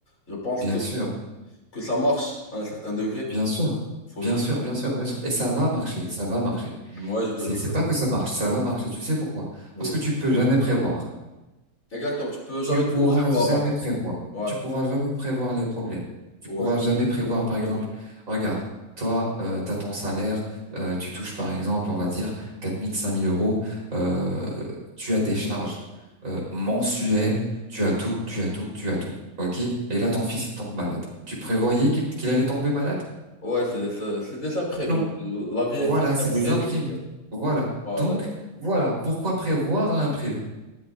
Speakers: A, on the left; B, on the right.
A: je pense
B: bien
A: que,
B: sûr,
A: que ça marche à un certain degré.
B: bien sûr,
A: Faut
B: bien
A: juste.
B: sûr, bien sûr, bien sûr. Et ça va marcher, ça va marcher.
A: Ouais, je te
B: C'est
A: le souhaite.
B: c'est pas que ça marche, ça va marcher. Tu sais pourquoi?
A: Oui.
B: Parce que tu peux jamais prévoir.
A: Exactement, tu peux
B: tu
A: jamais
B: pourras
A: tout prévoir.
B: jamais
A: en
B: prévoir.
A: Ouais,
B: Tu pourras jamais prévoir les problèmes. Tu
A: ouais.
B: pourras jamais prévoir, par exemple,
A: C'est vrai.
B: regarde, toi, tu as ton salaire, euh, tu touches, par exemple, on va dire, 4 000, 5 000 euros, euh, tu as tes charges euh, mensuelles, tu as tout, tu as tout, tu as tout. OK? Et là, ton fils, il tombe malade. Tu prévoyais qu'il qu'il allait tomber malade?
A: Ouais, c'est c'est- c'est des imprévus.
B: Non.
A: La vie est
B: Voilà,
A: faite
B: c'est
A: d'imprévus,
B: des imprévus.
A: en fait.
B: Voilà.
A: Voilà.
B: Donc, voilà, pourquoi prévoir l'imprévu?